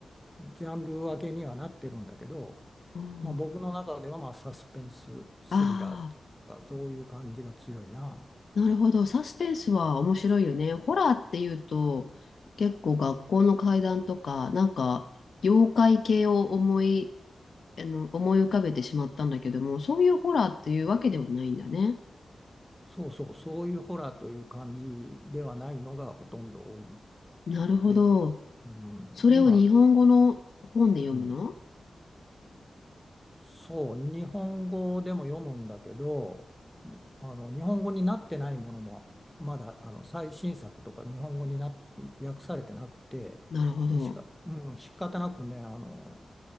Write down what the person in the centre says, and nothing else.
ジャンル分けにはなってるんだけど、
まあ、僕の中ではまあサスペンススリラーっていうかそういう感じが強いな。
そうそう、そういうホラーという感じではないのがほとんど多い。
でか、うん、
今、うん、そう、日本語でも読むんだけど、あの日本語になってないものも、まだあの最新作とか日本語にな訳されてなくて、
で、しか、うん、仕方なくね、あの、